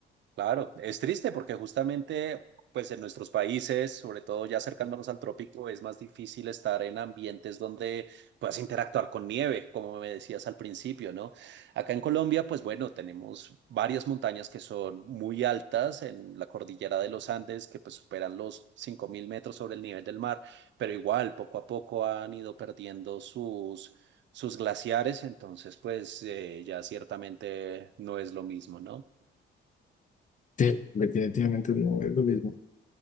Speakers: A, on the right; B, on the left.
A: Claro, es triste porque justamente, pues en nuestros países, sobre todo ya acercándonos al trópico, es más difícil estar en ambientes donde puedas interactuar con nieve, como me decías al principio, ¿no? Acá en Colombia, pues bueno, tenemos varias montañas que son muy altas en la cordillera de los Andes, que pues superan los 5.000 metros sobre el nivel del mar, pero igual, poco a poco han ido perdiendo sus... sus glaciares, entonces pues eh, ya ciertamente no es lo mismo, ¿no?
B: Sí, definitivamente no es lo mismo.